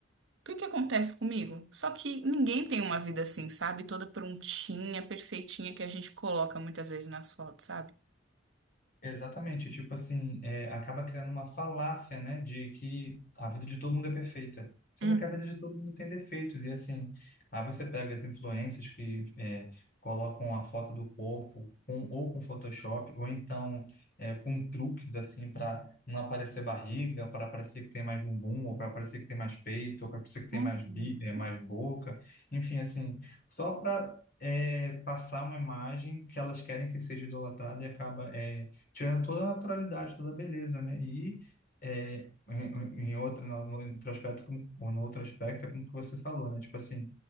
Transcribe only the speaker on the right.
o que que acontece comigo? Só que ninguém tem uma vida assim, sabe? Toda prontinha, perfeitinha, que a gente coloca muitas vezes nas fotos, sabe?
Uhum.
Uhum.